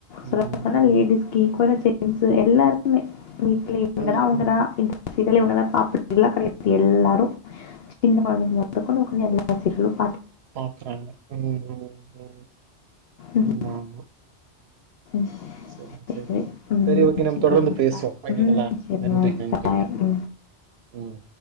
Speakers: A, on the left (about 65°); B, on the right (about 70°).
A: சொல்லபோனா
B: ம்.
A: லேடிஸ்க்கு ஈக்குவலா ஜென்ஸ் எல்லாரு இம்மே வீட்ல இவுங்கதான்
B: ம்.
A: அவுங்கதான் இங் இதால இவுங்க தான் பாப்பாங்கல்லா கிடையாது எல்லாரும் சின்னமா கொண்டு எல்லா சீரியலூ
B: பாக்குறாங்க ம் ம் உ
A: ம்.
B: ஆமா ஆமா
A: ம்.
B: சேரி சேரி‌..
A: சரி. ம்.
B: சேரி ஓகே நாம
A: சரிங்க.
B: தொடர்ந்து பேசுவோம் ஒகேங்களா
A: ம். சரிங்க.
B: நன்றி நன்றிங்க
A: பாய். ம்.
B: ம்